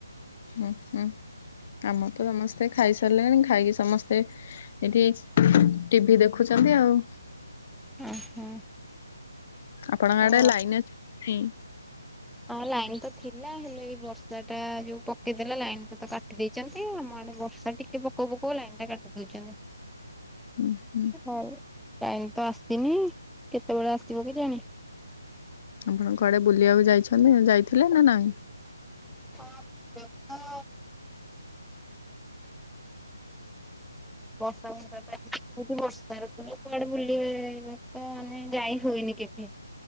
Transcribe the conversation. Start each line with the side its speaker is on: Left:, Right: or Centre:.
Left: ହୁଁ-ହୁଁ ଆମର ତ ସମସ୍ତେ ଖାଇସାରିଲେଣି ଖାଇକି ସମସ୍ତେ ଏଠି ଟିଭିି ଦେଖୁଛନ୍ତି ଆଉ।
Centre: ଓହୋ।
Left: ଆପଣଙ୍କ
Centre: ହଁ।
Left: ଆଡେ ଲାଇନ ଅଛି?
Centre: ହଁ ଲାଇନ୍ ତ ଥିଲା ହେଲେ ଏଇ ବର୍ଷା ଟା ଯୋଉ ପକେଇଦେଲା ଲାଇନ୍ ଟା ତ କାଟି ଦେଇଚନ୍ତି ଆମ ଆଡେ ବର୍ଷା ଟି କେ ପକୋଉ-ପକୋଉ ଲାଇନ୍ ଟା କାଟି ଦଉଚନ୍ତି।
Left: ହୁଁ ହୁଁ
Centre: ହଉ ଲାଇନ୍ ତ ଆସିନି କେତେବେଳେ ଆସିବ କେଜାଣି।
Left: ଆପଣ କଆଡ଼େ ବୁଲିବାକୁ ଯାଇଛନ୍ତି ଯାଇଥିଲେ ନା ନାଇଁ?
Centre: <inaudible> <unintelligible> ବର୍ଷା ବଷା ପାଇଁ ହଉଛି ବର୍ଷାରେ କୁଆଡେ ବୁଲେଇବା ତ ମାନେ ଯାଇ ହୁଏନି କେବେ।